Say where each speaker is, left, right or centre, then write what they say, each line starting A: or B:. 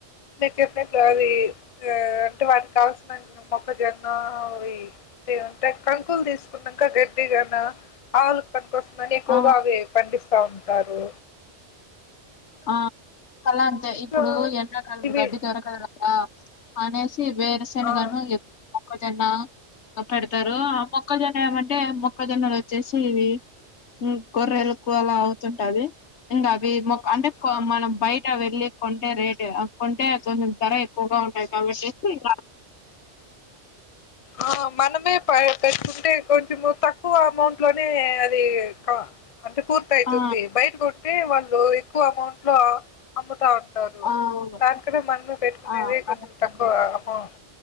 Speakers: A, on the left (about 45°); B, on the left (about 75°).
A: మీ చెప్పే స్టోరి అ వాటి కావాల్సిన మొక్కజొన్న అవి అంటే కంకులు తీసుకున్నాక గడ్డిగా గన పనికి వస్తుందని ఎక్కువగా
B: ఆ!
A: అవే పండిస్తారు సా ఉగుంటారు
B: ఆ కలా అంతే
A: ఇంకా
B: ఇప్పుడు ఎండకాలం
A: ఇవి
B: గడ్డి దరకల కదా అ వే సనగాను
A: ఆ
B: ఎ మొక్కజొన్న పెడతారు ఆ మొక్కజొన్న ఏమంటే మొక్కజొన్నలు వచ్చేసి ఇవి గొర్రెలకు అలా అవుతుంటావి ఇంకా వ అంటే
A: ఆ ఆ
B: మనం బయట వెళ్ళి కొంటే రేటు కొంటే కొంచెం ధర ఎక్కువగా ఉంటాయి కాబట్టిసి ఇ
A: ఆ మనమే ప కట్టుకుంటే కొంచము తక్కువ అమౌంట్ లోనే అది అంటే పూర్తి అయితుంది
B: ఆ,
A: బయట కొట్టటి వా లో ఎక్కువ అమౌంట్ లో అమ్ముతా ఉన్ టారు
B: ఆ, అవును
A: దానికన్న మనమే పెట్టుకునే
B: ఆ,
A: కొంచెం
B: అట్లనే.
A: తక్కువ అమౌంట్